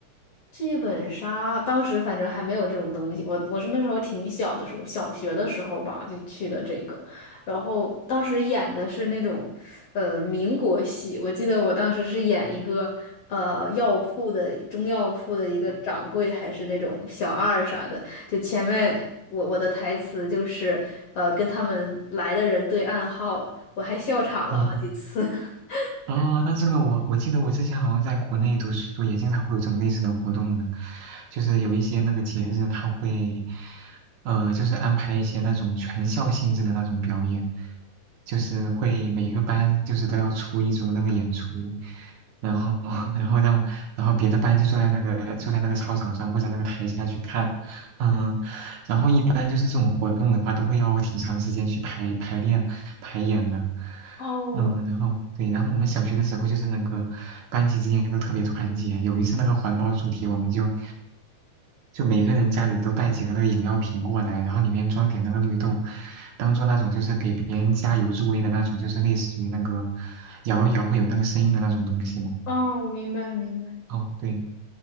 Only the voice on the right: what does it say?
嗯
哦，
啊，那这个我我记得我之前好像在国内读书也经常会有这种类似的活动呢，就是有一些那个节日他会，呃，就是安排一些那种全校性质的那种表演，就是会每个班就是都要出一组那个演出，然后 <laughs> 然后让然后别的班就坐在那个坐在那个操场上或者那个台下去看，嗯。然后一般就是这种活动的话，都会要挺长时间去排排练、排演的。
嗯，然后对，然后我们小学的时候就是那个班级之间都特别团结。有一次那个环保主题，我们就就每个人家里都带几个那个饮料瓶过来，然后里面装点那个绿豆，当做那种就是给别人加油助威的那种，就是类似于那个摇一摇会有那个声音的那种东西嘛。
哦，对。